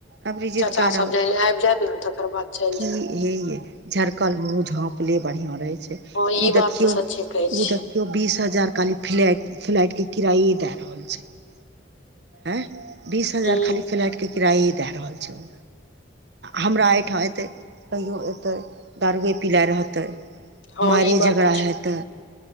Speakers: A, on the right; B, on the left.
A: अबरी जिद
B: चाचा
A: कए रहल
B: सब जखैन
A: छै
B: आबि जायत ने तकर बाद चलि
A: की
B: जायब।
A: हे यै झरकल मुँह झाँपले बढ़िआँ रहै छै,
B: हँ ई
A: ओ देखियौ
B: बात तऽ सच्चे कहै छी
A: ओ देख यो बीस हजार खाली फ्लैट फ्लाइट के किराये दए रहल रहल छै <unintelligible> ऐं, बीस हजार
B: हुँ
A: खाली फ्लैट के किराये दए रहल छै ओ। हमरा एहिठाम अयतै कहिओ अयतै, दारुए पिलाय रहतै।
B: हँ
A: मारे
B: ई बात
A: झगड़ा
B: तऽ
A: हेतै।
B: छै